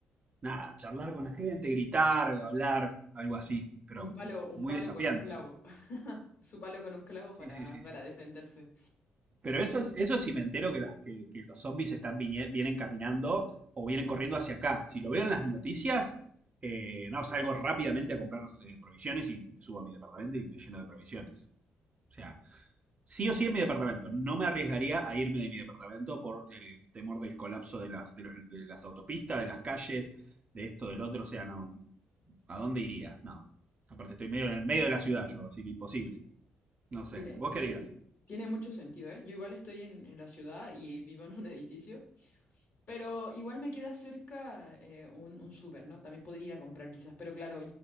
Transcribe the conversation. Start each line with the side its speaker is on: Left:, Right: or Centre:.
Right: nada, charlar con la gente, gritar, hablar, algo así. Pero
Left: Un palo, un
Right: muy
Left: palo
Right: desafiante.
Left: con un clavo. <laughs> Su palo con un clavo
Right: Sí,
Left: para,
Right: sí, sí,
Left: para
Right: sí.
Left: defenderse.
Right: Pero eso, es, eso sí me entero que, las- que- que los zombies están vinie- vienen caminando o vienen corriendo hacia acá. Si lo veo en las noticias, eh, no, salgo rápidamente a comprar eh, provisiones y me subo a mi departamento y me lleno de provisiones. O sea, sí o sí en mi departamento. No me arriesgaría a irme de mi departamento por el temor del colapso de las, de los- de las autopistas, de las calles, de esto, del otro. O sea, no, ¿a dónde iría? No. Aparte estoy medio en el medio de la ciudad yo, así que imposible. No sé,
Left: Tiene,
Right: ¿vos querías?
Left: tiene, tiene mucho sentido, ¿eh? Yo igual estoy en, en la ciudad y vivo en un <laughs> edificio, pero igual me queda cerca eh, un, un súper, ¿no? También podría ir a comprar quizás, pero claro,